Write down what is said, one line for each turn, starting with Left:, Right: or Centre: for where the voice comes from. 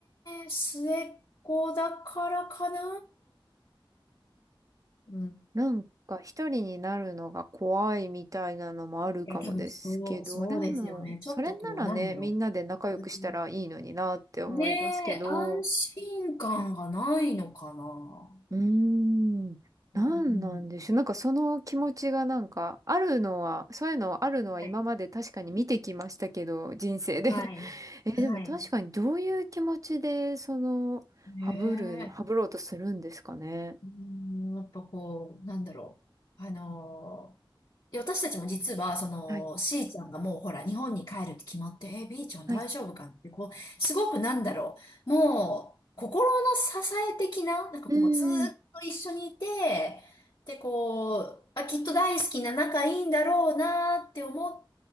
Left: え、末っ子だからかなうん
Right: なんか一人になるのが怖いみたいなのもあるかもですけど、
Left: いや、多分そう、そうですよね。
Right: でも、
Left: ちょっとこう、
Right: それならね、
Left: なんだろ
Right: みんなで仲良くしたらいいのになって思いますけど、
Left: う。うんねえ、安心感がないのかな。
Right: うーん、なんなんでしょう。
Left: うん。
Right: なんかその気持ちがなんか、あるのは、そういうのあるのは今まで確かに見てきましたけど、
Left: はい。
Right: 人生で。
Left: はい。
Right: <laughs> え、でも確かにどういう気持ちで、
Left: はい。
Right: その、
Left: ねえ。
Right: ハブる、ハブろうとするんですかね。
Left: うん、やっぱこう、なんだろう。あのーで、私たちも実は、その、
Right: はい。
Left: C ちゃんがもうほら、日本に帰るって決まって、え、B ちゃん大丈夫かなって、
Right: はい。
Left: こう、すごくなんだろう、もう、心の支え的な、なんかこう、
Right: うーん。
Left: もうずーっと一緒にいて、で、こう、あ、きっと大好きな仲いいんだろうなーって思っ